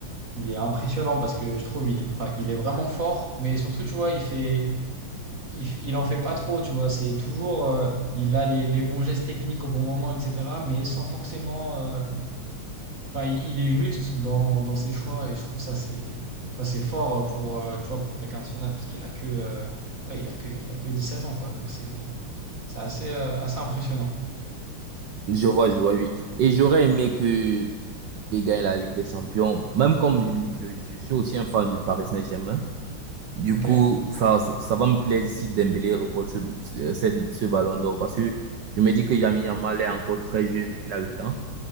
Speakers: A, on the right; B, on the right.
A: Il est impressionnant parce que je trouve, il, enfin, il est vraiment fort, mais surtout, tu vois, il fait, il, il en fait pas trop, tu vois. C'est toujours, euh, il a les, les bons gestes techniques au bon moment, etc. Mais sans forcément, euh, enfin, il, il est juste dans, dans ses choix et je trouve ça, c'est, ça, c'est fort pour, euh, tu vois, pour quelqu'un de son âge, parce qu'il a que, euh, ouais, il a que, il a que 17 ans, quoi. Donc c'est, c'est assez, euh, assez impressionnant.
B: Je vois, je vois, oui. Et j'aurais aimé que il gagne la Ligue des Champions, même comme je, je, je suis aussi un fan du Paris Saint-Germain. Du
A: Ok.
B: coup, ça, ça va me plaire si Dembélé remporte ce, ce, cette- ce ballon d'or parce que je me dis que Yami Yamal est encore très jeune, il a le temps.